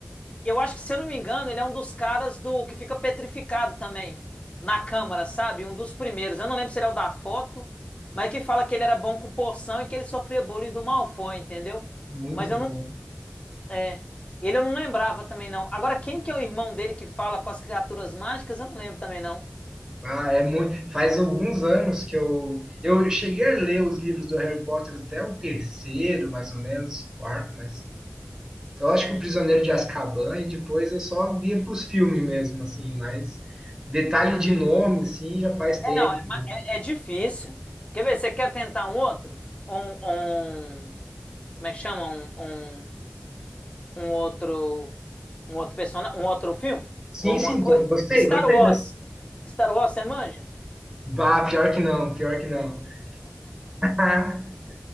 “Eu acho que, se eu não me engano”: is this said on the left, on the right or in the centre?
Left